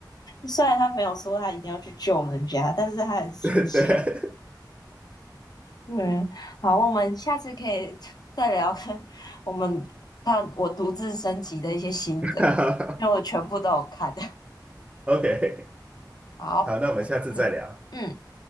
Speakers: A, on the left; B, on the right.
A: 虽然他没有说他一定要去救人家，但是他很出现。
B: <laughs> 对，OK，
A: 嗯，好，我们下次可以 <laughs> 再聊看我们看我独自升级的一些心得，
B: 对 <laughs>
A: 因为我全部都有看。
B: ，OK，
A: <laughs> 好，
B: 好，那我们下次再聊。
A: 嗯嗯。